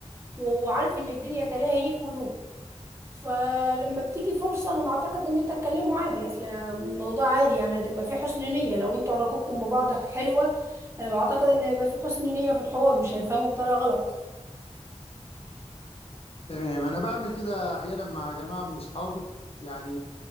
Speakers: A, on the right; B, on the left.
A: وعارف ان الدنيا تلاهي ليك ولوك فلما بتيجي فرصة انا معتقد ان انت تكلمه عادي اصل الموضوع عادي يعني هتبقى فيه حسن نية لو انتوا علاقتكم ببعض حلوة أنا بعتقد ان هيبقى فيه حسن نية في الحوار مش هيفهموا بطريقة غلط
B: تمام انا بعمل كده احيانا مع جماعه من اصحابي يعني